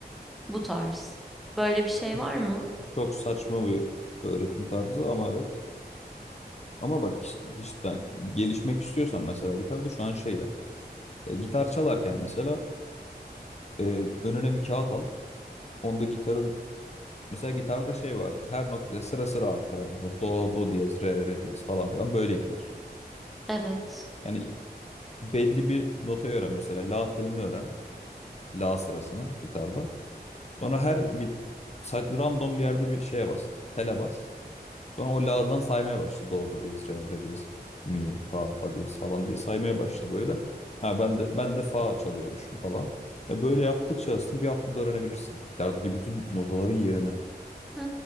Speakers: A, in the centre; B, on the left (about 40°).
A: Bu tarz. Böyle bir şey
B: Ya Çok
A: var mı?
B: çok saçma bir öğretim tarzı ama evet. Ama bak işte gelişmek istiyorsan mesela gitarda şu an şey yap. E, gitar çalarken mesela e, önüne bir kağıt al. Onda gitarın mesela gitarda şey vardır. Her not ya sıra sıra artar her nota. Do, do diyez, re, re diyez falan filan böyle gider.
A: Evet.
B: Yani belli bir notayı öğren mesela la telini öğren. La sırasına gitarda. Sonra her bir sa- random bir yerde bir şeye bas. Tele bas. Sonra o la'dan saymaya başla. Do, do diyez, re, re diyez, mi, fa, fa diyez falan diye saymaya başla böyle. Ha ben de ben de fa çalıyormuşum falan. E böyle yaptıkça aslında bir haftada öğrenebilirsin. Gitardaki bütün notaların yerini.
A: Ha,